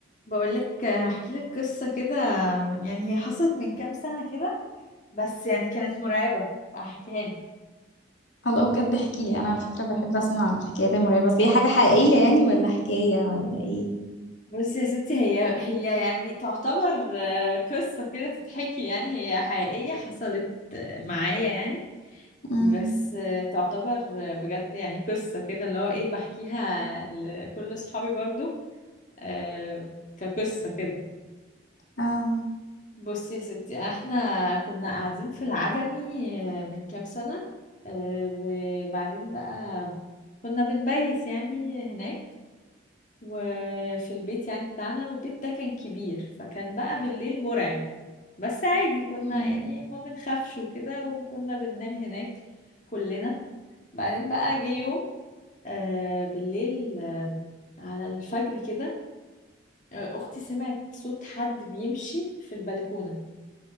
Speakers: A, on the left; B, on the left.
A: بقولك هحكي لك قصة كده يعني هي حصلت من كام سنة كده بس يعني كانت مرعبة فهحكيها لك
B: الله بجد احكي لي انا على فكره بحب اسمع الحكايات المرعبه بس هي حاجه حقيقيه يعني ولا حكايه ولا ايه
A: بصي يا ستي هي هي يعني تعتبر آه، قصة كده تتحكي يعني هي حقيقية حصلت آه، معايا يعني
B: امم
A: بس آه، تعتبر آه، بجد يعني قصة كده اللي هو ايه بحكيها لكل صحابي برضو آه، كقصة كده
B: اه
A: بصي يا ستي احنا كنا قاعدين في العجمي آه، من كام سنة آه، وبعدين بقى كنا بنبيت يعني هناك وفي البيت يعني بتاعنا والبيت ده كان كبير فكان بقى بالليل مرعب بس عادي كنا
B: امم
A: يعني ما بنخافش وكده وكنا بننام هناك كلنا بعدين بقى جه يوم آه، بالليل آه، على الفجر كده آه، اختي سمعت صوت حد بيمشي في البلكونة